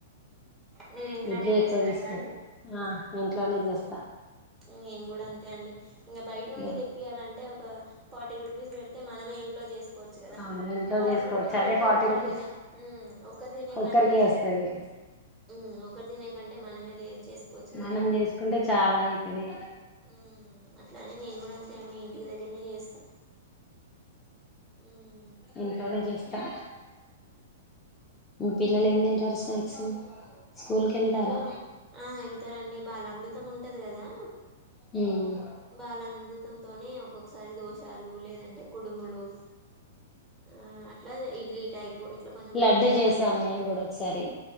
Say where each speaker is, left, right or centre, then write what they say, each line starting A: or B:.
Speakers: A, on the right; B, on the left.
A: మీరు ఇంట్లోనే
B: ఇడ్లీ
A: చేస్తారా
B: ఎక్కువ తీసుకోరు
A: ఇవన్నీ
B: ఆ ఇంట్లోనే చేస్త
A: నేను గూడా అంతే అండి ఇంకా బయట నుండి
B: ఇగ-
A: తెప్పియాలంటే ఫర్టీ రుపీస్ పెడితే మనమే ఇంట్లో చేస్త కోవచ్చు కదా
B: అవును ఇంట్లో
A: ఫార్టీ
B: చేసుకోవచ్చు
A: రూపీస్
B: అదే
A: పెట్టి
B: ఫార్టీ
A: ఒకరు
B: రూపీస్
A: తినే ఒకరు తినే
B: ఒక్కరికే
A: కంటే
B: వస్తది
A: ఉమ్ ఒకటి తినే కంటే మనమేది చేసుకోవచ్చు కదా
B: మనం చేసుకుంటే చాలా అయితది
A: ఉ అట్లానే నేను కూడా అంతే నేను ఇంటికి దగ్గరనే చేస్తా ఉమ్
B: ఇంట్లోనే చేస్తా పిల్లలు ఏం తింటారు స్నాక్స్ స్కూల్
A: మా
B: కెళ్తారా
A: పిల్లలు ఆ వెళ్తారండి బాల అమృతం ఉంటది కదా
B: ఉమ్
A: బాల అనుమృతంతోనే ఒక్కొక్కసారి దోస లు లేదంటే కుడుములు ఆ అట్లా ఇడ్లీ టైప్ ఇట్లా కొంచెం
B: లడ్డు
A: లూజ్ గా
B: చేశాను
A: కలిపి
B: నేను కూడా ఒకసారి